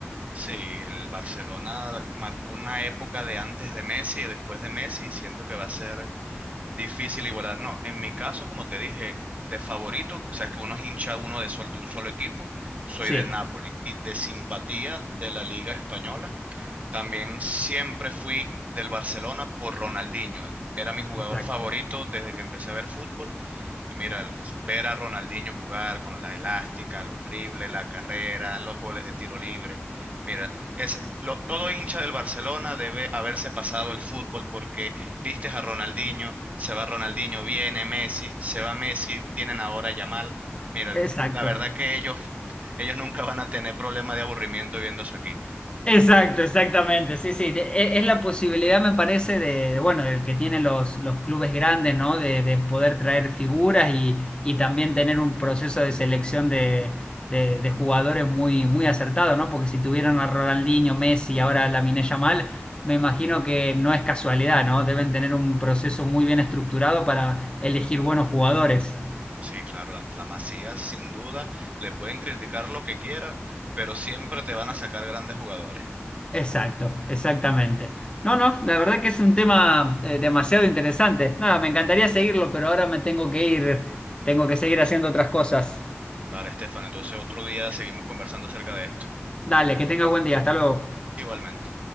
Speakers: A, on the right (about 35°); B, on the left (about 20°).
A: Sí, el Barcelona marcó una época de antes de Messi y después de Messi, y siento que va a ser Difícil igualar, no. En mi caso, como te dije, de favorito, sabes que uno es hincha uno de, sol- de un solo equipo, soy
B: Sí,
A: del Napoli y de simpatía de la Liga Española, también siempre fui del Barcelona por Ronaldinho. Era mi jugador
B: Exacto.
A: favorito desde que empecé a ver fútbol. Y mira, el- ver a Ronaldinho jugar con las elásticas, los dribles, la carrera, los goles de tiro libre. Mira, es lo- todo hincha del Barcelona debe haberse pasado el fútbol porque vistes a Ronaldinho, se va Ronaldinho, viene Messi, se va Messi, tienen ahora a Yamal. Mira,
B: exacto.
A: la verdad que ellos, ellos nunca van a tener problema de aburrimiento viendo a su equipo.
B: Exacto, exactamente. Sí, sí. de- e- Es la posibilidad, me parece, de, de, bueno, del que tienen los, los clubes grandes, ¿no? De, de poder traer figuras y, y también tener un proceso de selección de, de- de jugadores muy, muy acertado, ¿no? Porque si tuvieron a Ronaldinho, Messi y ahora a Lamine Yamal, me imagino que no es casualidad, ¿no? Deben tener un proceso muy bien estructurado para elegir buenos jugadores.
A: Sí, claro, la, la Masía sin duda, le pueden criticar lo que quiera, pero siempre te van a sacar grandes jugadores.
B: Exacto, exactamente. No, no, la verdad que es un tema eh, demasiado interesante. Nada, me encantaría seguirlo, pero ahora me tengo que ir, tengo que seguir haciendo otras cosas.
A: Vale, Estefan, entonces otro día seguimos conversando acerca de esto.
B: Dale, que tengas buen día, hasta luego.
A: Igualmente.